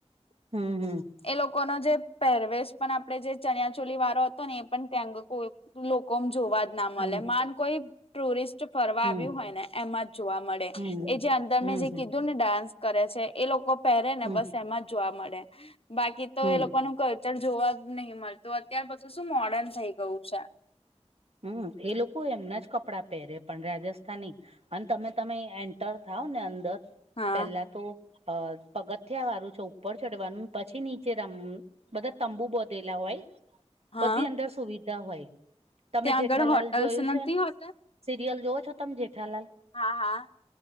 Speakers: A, on the right; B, on the left.
A: હમ હમ,
B: એ લોકોનો જે પહેરવેશ પણ આપડે જે ચનિયા ચોલી વાળો હતો ને એ પણ ત્યાંગ કોય લોકોમ જોવા જ ના મળે
A: હમ
B: માન કોઈ, ટુરિસ્ટ ફરવા
A: હમ
B: આવ્યું હોય ને એમાં જ જોવા મળે.
A: હમ
B: એ જે અંદર મેં જે
A: હમ હમ
B: કીધું ને ડાન્સ કરે છે એ લોકો પહેરે ને
A: હમ
B: બસ એમાં જ, જોવા મળે બાકી તો
A: હમ
B: એ લોકોનું કલ્ચર જોવા, નહીં મળતું અત્યાર પછુ શું મોર્ડર્ન થઈ ગયું છે.
A: હમ્મ એ લોકો એમના જ કપડાં પહેરે પણ રાજસ્થાની, અને તમે તમે એન્ટર થાવ ને અંદર
B: હા
A: પહેલા તો, અ પગથિયા વારું છે ઉપર ચડવાનું પછી નીચે રમ બધા તંબુ બોધેલા હોય,
B: હા
A: બધી અંદર સુવિધા હોય. તમે
B: ત્યાં
A: જેઠાલાલ
B: આગળ હોટલ્સ
A: જોયું
B: નથી
A: છે,
B: હોતા
A: સિરિયલ જોવ છો તમે જેઠાલાલ.
B: હા હા.